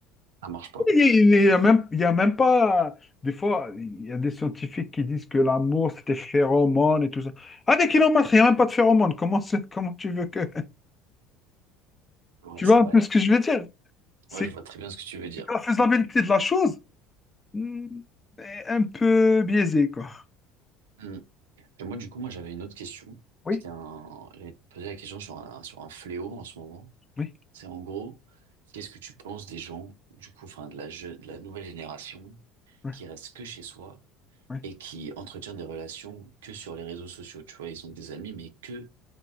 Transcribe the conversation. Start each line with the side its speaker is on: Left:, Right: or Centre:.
Right: Ça marche pas.
Left: il n'y a, il y a même, il y a même pas... Des fois, il y a des scientifiques qui disent que l'amour, c'est des phéromones et tout ça. À des kilomètres, il n'y a même pas de phéromones. Comment, c'est- comment tu veux que...
Right: Ouais,
Left: Tu
Right: c'est
Left: vois un
Right: vrai.
Left: peu ce que je veux dire? C'est
Right: Ouais, je vois très bien ce que tu veux dire.
Left: c'est que la faisabilité de la chose hmm, est un peu biaisée, quoi.
Right: Mhm. Et moi, du coup, moi, j'avais une autre question.
Left: Oui,
Right: C'était un, j'avais posé la question sur un, sur un fléau en ce moment.
Left: oui,
Right: C'est en gros, qu'est-ce que tu penses des gens, du coup, enfin, de la je- de la nouvelle génération
Left: ouais,
Right: qui reste que chez soi
Left: ouais.
Right: et qui entretient des relations que sur les réseaux sociaux. Tu vois, ils ont des amis, mais que